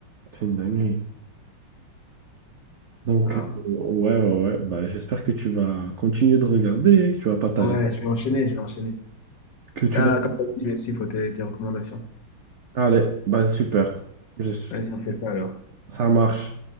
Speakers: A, on the right; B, on the left.
A: c'est une dinguerie. Donc,
B: Ah,
A: euh, ouais, ouais, ouais. Bah, j'espère que tu vas continuer de regarder, que tu vas pas t'arrêter,
B: ouais, je vais enchaîner, je vais enchaîner.
A: que tu
B: Là,
A: vas...
B: comme tu as dit, je vais suivre tes, tes recommandations.
A: Allez, bah, super. Je-
B: Vas-y, on fait ça alors.
A: ça marche.